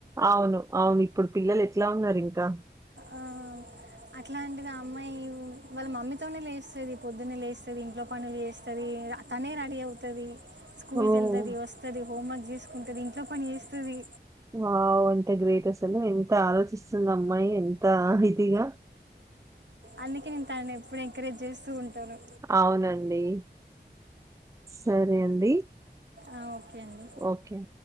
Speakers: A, on the right (about 15°); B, on the right (about 75°).
A: అవును అవును ఇప్పుడు పిల్లలు ఎట్లా ఉన్నారు ఇంకా
B: ఆ అట్లా అంటిది అమ్మాయి వాళ్ళ మమ్మీతోనే లేస్తది పొద్దున్న లేస్తది ఇంట్లో పనులు చేస్తది తనే రెడీ అవుతది స్కూల్
A: ఓహ్!
B: కి వెళ్తది వస్తది హోం వర్క్ చేసుకుంటది ఇంట్లో పని చేస్తది
A: వావ్ ఎంత గ్రేట్ అసలు ఎంత ఆలోచిస్తుంది అమ్మాయి ఎ ఆ హితిగా
B: అందుకే నేను తననీ ఎప్పుడు ఎంకరేజ్ చేస్తూ ఉంటాను
A: అవునండి. సరే అండి
B: ఆ ఓకే అండి
A: ఓకే